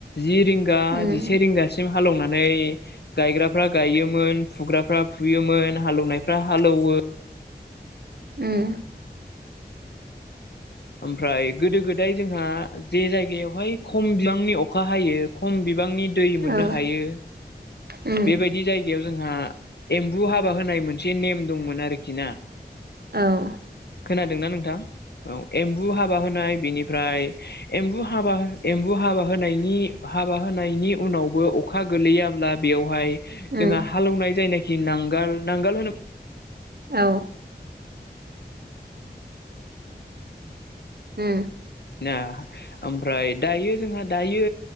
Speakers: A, on the left; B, on the right.
A: जि रिंगा
B: उम
A: जिसे रिंगासिम हालौवनानै मै गायग्राफ्रा गायोमोन फुग्राफ्रा फुयोमोन हालौनायफ्रा हालौवो।
B: उम।
A: ओमफ्राय गोदो गोदाय जोंहा जे जायगायावहाय खम बिबांनि अखा हायो, खम बिबांनि दै मोननो
B: औ
A: हायो
B: उम
A: बेबायदि जायगायाव जोंहा एम्बु हाबा होनाय मोनसे नेम दंमोन आरोखि ना?
B: औ।
A: खोनादोंना नोंथां? औ एम्बु हाबा होनाय बेनि ओमफ्राय एम्बु एम्बु हाबा होनायनि उनावबो अखा गोलैयाब्ला बेयावहाय
B: उम
A: जोंङहा हालौवनाय जायनाखि नांगाल नांगाल होनब्ला
B: औ। उम।
A: ना ओमफ्राय दायो जोंहा दायो